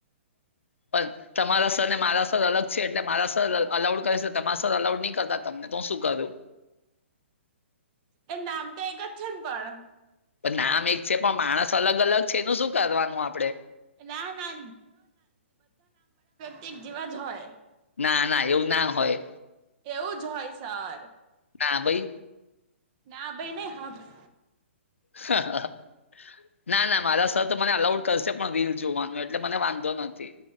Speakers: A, on the left; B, on the right.
A: <inaudible> પણ તમારા સરને મારા સર અલગ છે એટલે મારા સર અલાઉડ કરે છે તમારા સર અલાઉડ નહી કરતા તમને. તો હું શું કરું.
B: પણ નામ તો એક જ છે પણ.
A: પણ નામ એક છે પણ માણસ અલગ અલગ છે એનું શું કરવાનું આપડે?
B: ના ના તેગ જેવા જ હોય.
A: ના ના એવું ના હોય.
B: કેવું જ હોય સર.
A: ના ભઈ.
B: ના ભઈ નહીં હા ભ
A: હા. ના ના મારા સર તો મને અલાઉડ કરશે પણ રીલ જોવાનું એટલે મને વાંધો નથી.